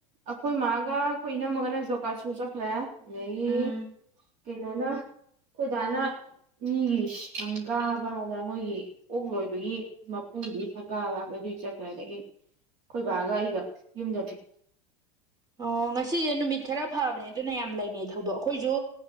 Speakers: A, on the right; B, on the right.
A: ꯑꯩꯈꯣꯏ ꯃꯥꯒ ꯑꯩꯈꯣꯏ ꯏꯅꯃꯒꯅꯦ ꯖꯣꯕ ꯀꯥꯔꯠ ꯁꯨꯕ ꯆꯠꯈ꯭ꯔꯦ <unintelligible>
B: ꯎꯝ
A: ꯀꯩꯅꯣꯅ ꯑꯩꯈꯣꯏꯗꯥꯅ ꯃꯤꯒꯤ ꯁꯪꯒꯥꯕ ꯍꯥꯏꯕ꯭ꯔ ꯃꯣꯏꯒꯤ ꯑꯣꯛ ꯂꯣꯏꯕꯒꯤ ꯃꯄꯨꯗꯨꯒꯤ ꯁꯪꯒꯥꯕ ꯑꯗꯨꯏ ꯆꯠꯈ꯭ꯔꯦ ꯑꯗꯒꯤ ꯈꯣꯏꯕꯥꯒ ꯑꯩꯒ ꯌꯨꯝꯗ ꯂꯩ
B: ꯑꯣ ꯉꯁꯤꯁꯦ ꯅꯨꯃꯤꯠ ꯈꯔ ꯐꯕꯅꯦ ꯑꯗꯨꯅ ꯌꯥꯝ ꯂꯩꯅꯩ ꯊꯧꯗꯣꯛ ꯑꯩꯈꯣꯏꯁꯨ